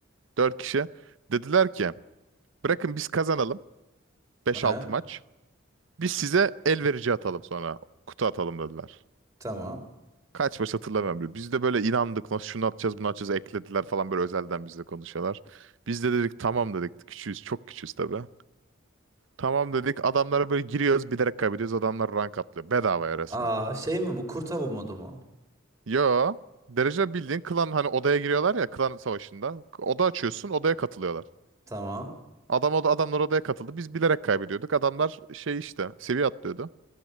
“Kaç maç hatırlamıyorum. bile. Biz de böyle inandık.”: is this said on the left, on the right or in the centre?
Right